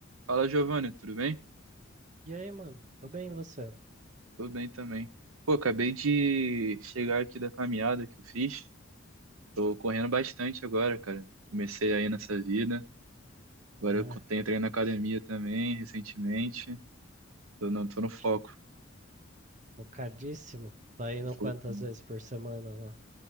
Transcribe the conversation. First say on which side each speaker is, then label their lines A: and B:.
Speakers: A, on the right (about 80°); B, on the right (about 35°).
A: Fala, Giovanni, tudo bem?
B: E aí, mano? Tô bem, e você?
A: Tô bem também. Pô, acabei de chegar aqui da caminhada que eu fiz. Tô correndo bastante agora, cara. Comecei aí nessa vida. Agora
B: É.
A: eu co- tenho treino na academia também, recentemente. Tô, não, tô no foco.
B: <laughs> Focadíssimo. Tá indo
A: Tô focando.
B: quantas vezes por semana lá?